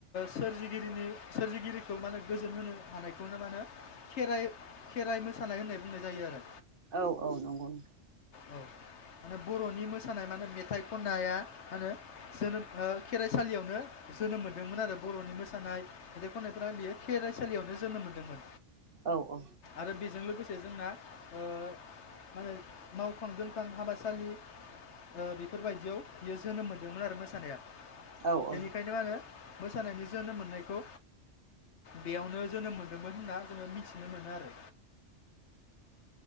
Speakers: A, on the left (about 70°); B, on the right (about 55°).
A: सोरजिगिरिनि सोरजिगिरिखौ माने गोजोन होनो हानायखौनो मा होनो खेराइ खेराइ मोसानाय होननाय बुंनाय जायो आरो।
B: औ औ नंगौ नोंथां।
A: औ माने बर'नि मोसानाय मा होनो मेथाइ खननाया माहोनो जोनोम ओ खेराइसालियावनो जोनोम मोन्दोंमोन आरो बर'नि मोसानाय मेथाइ खननायफोरा बियो खेराइसालियावनो जोनोम मोन्दोंमोन।
B: औ औ
A: आरो बेजोंलो लोगोसे जोंना ओ मानो मावखां दोंखां हाबासालि ओ बेफोरबायदियाव बियो जोनोम मोन्दोंमोन आरो मोसानाया।
B: औ
A: बेनिखायनो
B: औ
A: आरो मोसानायनि जोनोम मोननायखौ बेयावनो जोनोम मोन्दोंमोन होनना जोङो मि मिथिनो मोनो आरो।